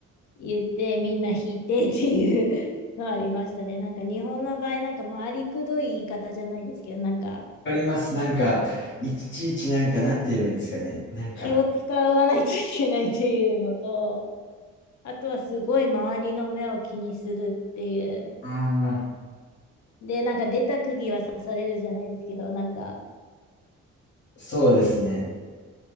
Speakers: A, on the left (about 65°); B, on the left (about 40°).
A: 言ってみんな引いてっていう <laughs> のありましたね。<laughs> なんか日本の場合、なんかまあありくどい言い方じゃないですけど、なんか
B: わかります。なんか、いちいちなんか、なんて言えばいいんですかね。なんか、
A: 気を使わないといけないっていうのと、あとはすごい周りの目を気にするっていう。
B: ああ、
A: で、なんか出た釘は刺されるじゃないですけど、なんか、
B: そうですね。